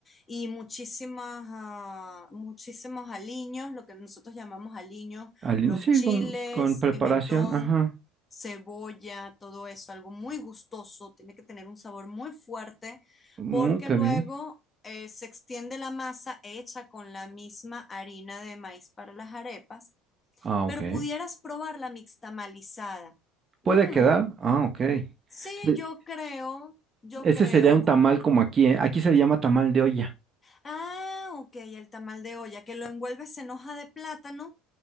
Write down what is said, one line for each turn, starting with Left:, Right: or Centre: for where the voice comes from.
Left: y muchísimas, ah, muchísimos aliños, lo que nosotros llamamos aliños,
Right: Al
Left: los
Right: inicio,
Left: chiles,
Right: sí, con, con preparación,
Left: pimentón,
Right: ajá.
Left: cebolla, todo eso, algo muy gustoso, tiene que tener un sabor muy fuerte
Right: Mm,
Left: porque
Right: qué
Left: luego
Right: bien.
Left: eh, se extiende la masa hecha con la misma harina de maíz para las arepas,
Right: Ah, ok.
Left: pero pudieras probar la mixtamalizada.
Right: ¿Puede
Left: Mmm,
Right: quedar? Ah, ok.
Left: Sí,
Right: Sí,
Left: yo creo, yo
Right: Ese
Left: creo.
Right: sería un
Left: bu-
Right: tamal como aquí, ¿eh? Aquí se le llama tamal de olla.
Left: Ah, ok, el tamal de olla, que lo envuelves en hoja de plátano,